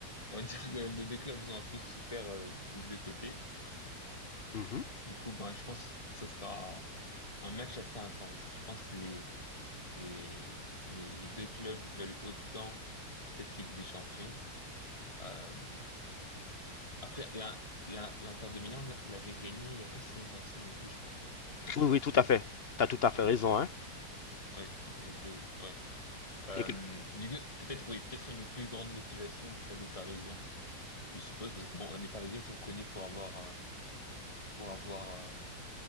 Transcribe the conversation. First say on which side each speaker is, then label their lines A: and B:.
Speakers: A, on the left; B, on the left.
A: On va dire que les deux clubs ont un peu souffert euh, des deux côtés.
B: Mhm.
A: Du coup, ben, je pense que ce sera un match assez intense. Je pense que les, les, les, les deux clubs veulent autant cette Ligue des Champions. Euh, après, l'In- l'In- l'Inter de Milan l'avait gagné il y a pas si longtemps que ça non plus, je pense. hein. Je sais pas s'il
B: Oui oui
A: y a deux
B: tout à fait.
A: ans.
B: T'as tout
A: Oui,
B: à fait
A: Il y
B: raison
A: a deux
B: hein.
A: ans. Ouais, c'est vrai, il y a deux, ouais. Euh,
B: Et que-
A: du coup, peut-être, oui, peut-être une plus grande motivation auprès des Parisiens, je suppose, parce que bon, les Parisiens, ils sont connus pour avoir, euh, pour avoir, euh,